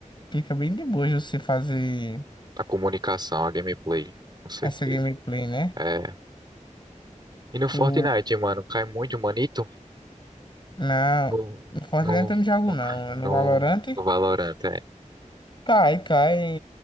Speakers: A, on the left; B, on the right.
A: fica bem de boa de você fazer
B: A comunicação, a gameplay, com certeza.
A: essa gameplay, né?
B: É. E no
A: Tu
B: Fortnite, mano, cai muito manito
A: Não,
B: no,
A: no Fortnite
B: no,
A: eu não jogo não. É No
B: no,
A: Valorant
B: no Valorant, é.
A: cai, cai